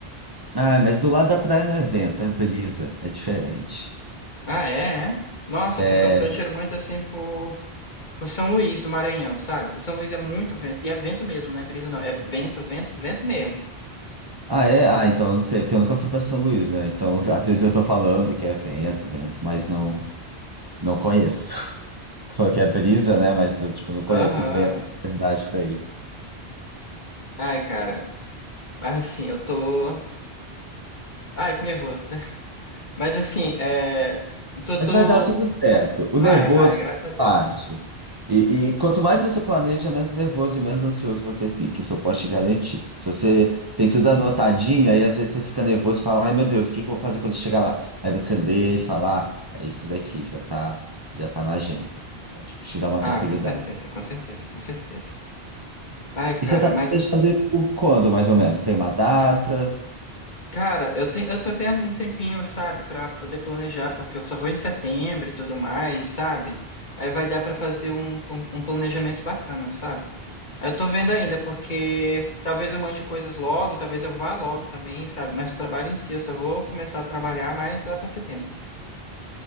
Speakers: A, on the right; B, on the left.
A: Ah, mas do lado da praia não é vento, é brisa, é diferente.
B: Ah, é? é? Nossa,
A: É...
B: porque eu, eu tiro muito assim por, por São Luís, do Maranhão, sabe? São Luís é muito vento. E é vento mesmo, não é brisa, não. É vento, vento, vento mesmo.
A: Ah, é? Ah, então eu não sei, porque eu nunca fui para São Luís, né? Então às vezes eu tô falando que é vento, vento, mas não. Não conheço. <laughs> Tu falou que é brisa, né? Mas eu, tipo, não conheço
B: Aham.
A: os ventos de verdade daí.
B: Ai, cara. Mas assim, eu tô. Ai, que nervoso, né? Mas assim, é, tu,
A: Mas
B: tu...
A: vai dar tudo certo. O
B: Vai,
A: nervoso
B: vai, graças
A: faz
B: a Deus.
A: parte. E, e quanto mais você planeja, menos nervoso e menos ansioso você fica. Isso eu posso te garantir. Se você tem tudo anotadinho, aí às vezes você fica nervoso e fala, ai meu Deus, o que que eu vou fazer quando eu chegar lá? Aí você lê e fala, ah, é isso daqui, já tá, já tá na agenda. Tipo, te dá uma
B: Ah,
A: tranquilidade.
B: com certeza, com certeza, com certeza. Ai, cara,
A: E você tá planejando
B: mas, assim,
A: ir por quando, mais ou menos? Tem uma data?
B: cara, eu tenho, eu tô tendo um tempinho, sabe, pra poder planejar, porque eu só vou em setembro e tudo mais, sabe? Aí vai dar pra fazer um, um, um planejamento bacana, sabe? Aí Eu tô vendo ainda, porque talvez eu mande coisas logo, talvez eu vá logo também, sabe? Mas o trabalho em si, eu só vou começar a trabalhar mais lá pra setembro,